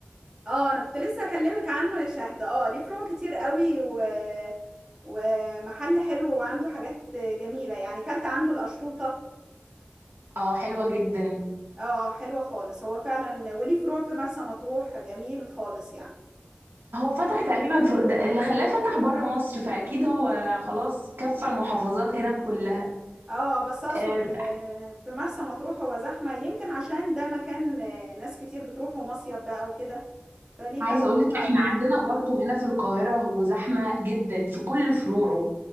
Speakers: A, on the right; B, on the right.
A: اه انا كنت لسه اكلمك عنه يا شهد اه ليه فروع كتير قوي و... ومحل حلو وعنده حاجات جميلة يعني كلت عنده القشطوطة
B: اه حلوه جدا
A: اه حلوة خالص هو فعلا وليه فروع في مرسى مطروح جميل خالص يعني
B: هو فتح تقريبا في ده اللي خلاه فتح بره مصر فاكيد هو خلاص كفى المحافظات هنا كلها
A: اه بس اقصد
B: آه،
A: آه، في مرسى مطروح هو زحمة يمكن عشان ده مكان آه، ناس كتير بتروحوا مصيف بقى وكده فليه
B: عايزه
A: كذا
B: اقول لك
A: قطعة
B: احنا
A: في مرسى
B: عندنا برضو هنا في القاهره هو زحمه جدا في كل فروعه